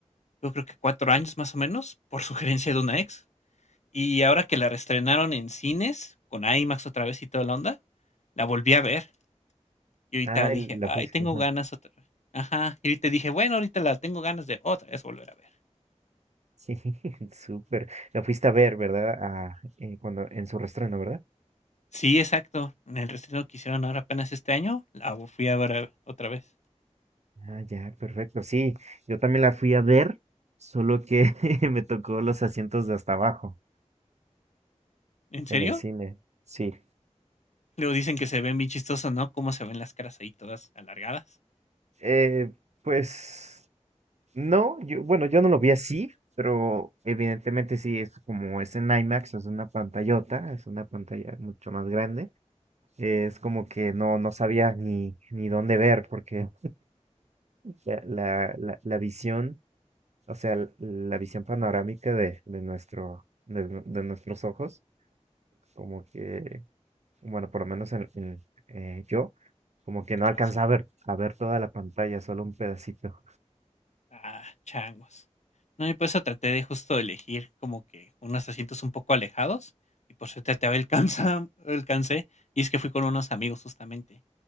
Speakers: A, on the left; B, on the right.
A: yo creo que cuatro años más o menos, por <laughs> sugerencia de una ex. Y ahora que la reestrenaron en cines, con IMAX otra vez y toda la onda, la volví a ver. Y ahorita
B: Ah,
A: dije,
B: el- la
A: ay,
B: fuiste.
A: tengo
B: ajá,
A: ganas otra vez. Ajá, y ahorita dije, bueno, ahorita la tengo ganas de otra vez volver a ver.
B: Sí, <laughs> súper. La fuiste a ver, ¿verdad? Ah, eh, cuando, en su reestreno, ¿verdad?
A: Sí, exacto. En el reestreno que hicieron ahora apenas este año, la fui a ver otra vez.
B: Ah, ya, perfecto. Sí, yo también la fui a ver, solo que <laughs> me tocó los asientos de hasta abajo
A: ¿En
B: en
A: serio?
B: el cine. Sí.
A: Luego dicen que se ven bien chistosos, ¿no? Cómo se ven las caras ahí todas alargadas,
B: Eh, pues. No, yo, bueno, yo no lo vi así, pero evidentemente sí, es como es en IMAX, es una pantallota, es una pantalla mucho más grande. eh, Es como que no, no sabía ni, ni dónde ver, porque la, la, la, la visión, o sea, l- la visión panorámica de, de nuestro, de, nu- de nuestros ojos, como que, bueno, por lo menos en, en, eh, yo, como que
A: en tu
B: no
A: caso.
B: alcanzaba a ver, a ver toda la pantalla, solo un pedacito.
A: Ah, changos. No, y por eso traté de justo elegir como que unos asientos un poco alejados. Y por suerte te alcanza, alcancé. Y es que fui con unos amigos justamente.